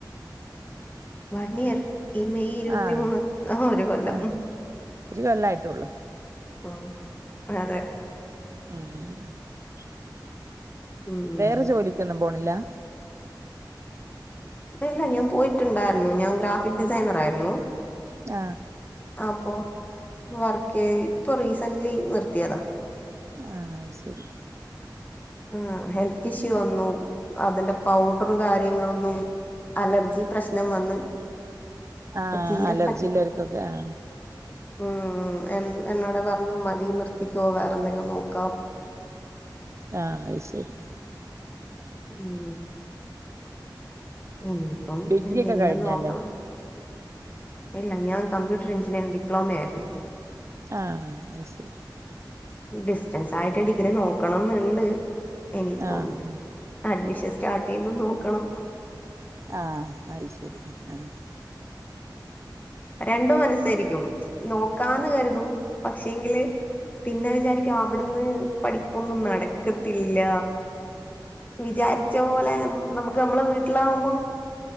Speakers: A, on the left; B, on the right.
A: വൺ ഇയർ ഈ മെയ് ഇരുപത്തി
B: ആഹ്
A: മൂന്ന് ആ ഒരു കൊല്ലം.
B: ആഹ് ഒരു കൊല്ലായിട്ടുള്ളൂ
A: ആഹ് അതെ.
B: ഉം
A: ഉം
B: വേറെ ജോലിക്കൊന്നും പോണില്ലാ
A: ഇല്ല ഞാൻ പോയിട്ടുണ്ടായിരുന്നു ഞാൻ ഗ്രാഫിക് ഡിസൈനർ ആയിരുന്നു.
B: ആ
A: അപ്പൊ വർക്ക് ഇപ്പൊ റീസന്റ്ലി നിർത്തിയതാ
B: ആ ആ ഐശരി
A: ആ ഹെൽത്ത് ഇഷ്യൂ വന്നു അതിന്റെ പൗഡർ കാര്യങ്ങളൊന്നും അലർജി പ്രശ്നം വന്ന്
B: ആ
A: അപ്പൊ തീരെ
B: അലർജിഇല്ലെർക്കൊക്കെ ആ
A: ഉം ഉം എൻ എന്നോട് പറഞ്ഞു മൻ തി നിർത്തിക്കോ വേറെ എന്തെങ്കിലും നോക്കാം
B: ആ ഐശരി
A: ഉം ഇനിയിപ്പം
B: ഡിഗ്രി
A: എന്തെങ്കിലും
B: ഒക്കെ കഴിഞ്ഞല്ലേ
A: നോക്കണം. ഇല്ല ഞാന് കമ്പ്യൂട്ടർ എഞ്ചിനീയറിംഗ് ഡിപ്ലോമയായിരുന്നു
B: ആ ഐശരി
A: ഡിസ്റ്റൻസ് ആയിട്ട് ഡിഗ്രി നോക്കണംന്നുണ്ട്. ഇനിയിപ്പം
B: ആഹ്
A: അഡ്മിഷ സ്റ്റാർട്ട് ചെയ്യുമ്പോൾ നോക്കണം
B: ആ അയ്ശരി ആ
A: രണ്ടും മനസ്സായിരിക്കും നോക്കാന്ന് കരുതും പക്ഷെങ്കില് പിന്നെ വിചാരിക്കും അവിടുന്ന് പഠിപ്പൊന്നും നടക്കത്തില്ല വിചാരിച്ച പോലെ ന നമുക്ക് നമ്മളെ വീട്ടിലാവുമ്പോ